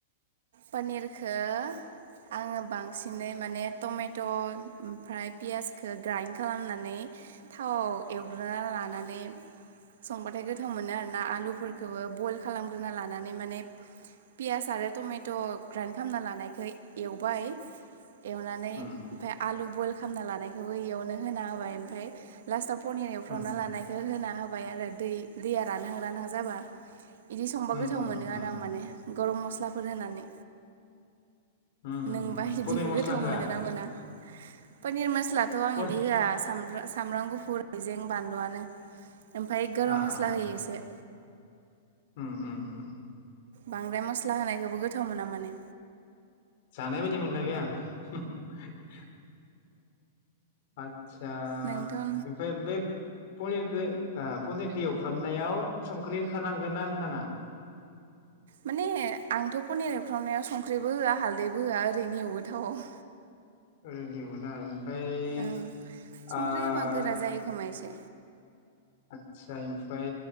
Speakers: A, on the right (about 65°); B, on the left (about 45°).
A: पनिरखो आङो बां सिनै माने टमेट ट' ओमफ्राय पियासखौ ग्राइन्ड खालामनानै थाव एवग्रोना लानानै संबाथाय गोथाव मोनो आरोना आलुफोरखौबो बइल खालामग्रोना लानानै माने पियास आरो टमे ट' ग्राइन्ड खालामना लानायखो एवबाय एवनानै
B: उम
A: ओमफ्राय आलु बयल खालामना लानायखौबो इयावनो होना होबाय ओमबाय लासथाव पनिर एफ्रावना
B: उम
A: लानायखो होना <unintelligible> आरो दै दैया रानहां रानहां जाबा इदि संबा
B: उम
A: गोथाव
B: उम
A: मोनो
B: उम
A: आरो आं माने। गरम मस्लाफोर होनानै।
B: उम
A: नोंबा
B: उम उम
A: इदिखो
B: पनिर मस्ला
A: गोथाव
B: होआ
A: मोनोना मोना पोनिर मस्लाथ आं
B: पन
A: इदि होआ साम <unintelligible> सामब्रां गुफुर हायजें बानलुआनो ओमफ्राय गरम
B: आ
A: मस्ला
B: आ
A: होयो एसे
B: आ ओम ओम ओम
A: बांद्राय मस्ला होनायखौबो गोथ थाव मोना माने।
B: जानाय बायदि मोनलायबाय आं। <inaudible> <unintelligible> आतसा
A: नोंथ' ओ
B: <unintelligible> बे पनिरखो ओ पनिरखौ एवफ्रामनायाव संख्रि होखानांगो ना होनाङा?
A: माने आंथ पनिर एफ्रावनायाव संख्रैबो होआ हालदैबो होआ ओरैनो एवो थाव आव।
B: <unintelligible>
A: ओं
B: <unintelligible>
A: संख्रि
B: आ
A: होबा गोरा जायो खोमा एसे
B: आदसा इमफ्राय